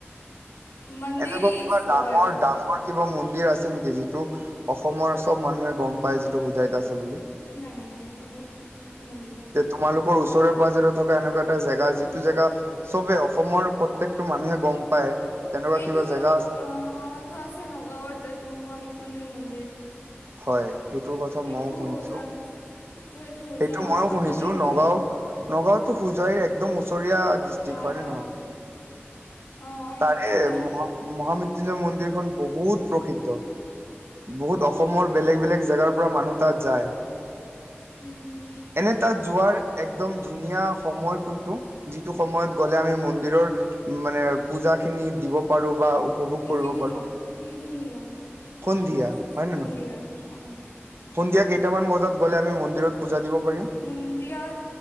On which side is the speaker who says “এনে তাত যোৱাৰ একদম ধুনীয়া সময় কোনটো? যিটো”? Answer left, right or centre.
Right